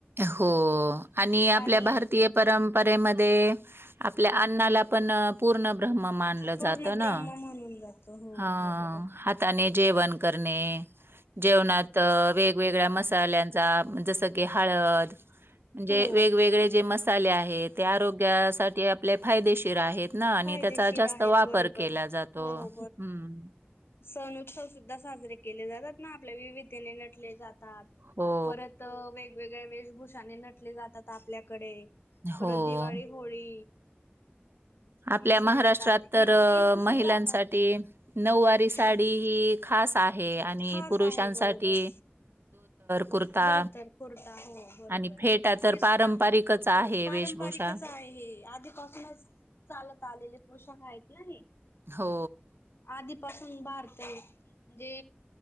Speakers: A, on the right; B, on the left.
A: हो आणि
B: कारण
A: आपल्या भारतीय परंपरेमध्ये, आप आपल्या अण्णाला पण, पूर्ण ब्रह्म मानलं
B: पूर्ण
A: जात ना.
B: ब्रह्म म्हणून जातो हो
A: हा
B: बरोबर.
A: हाताने जेवण करणे, जेवणात वेगवेगळ्या म मल्याचा जस की हळद म्हणजे,
B: हो
A: वेगवेगळे जे मसाले आहेत. ते आरोग्यासाठी आपले फायदेशीर आहेत. ना आणि
B: फायदेशीर
A: त्याचा जास्त
B: आहेत
A: वापर
B: बरोबर
A: केला जातो.
B: हो
A: हम्म.
B: सण उत्सव सुद्धा साजरे केले जातात ना. आपल्या विविधतेने नटले जात त,
A: हो
B: परत वेगवेगळ्या वेशभूषाने नटले जातात, आपल्या डे परत
A: हो.
B: दिवाळी होळी.
A: आपल्या
B: हे सण
A: महाराष्ट्रात
B: येतात
A: तर
B: ईद ईद
A: महिलांसाठी
B: सुद्धा आपण
A: नऊवारी साडी
B: हो
A: ही खास. आणि
B: खास
A: पुरुषांसाठी.
B: आहे बरोबर.
A: कुर्ता
B: धोतर कुर्ता हो बरोबर
A: आणि फेटा तर
B: हे सुद्धा.
A: पारंपरिकच आहे
B: हो पारंपरिकच
A: वेशभूषा.
B: आहे हे आधीपासूनच. चालत आलेले पोशाख आहेत ना
A: हो,
B: आधी. पासून भारत आहे म्हणजे.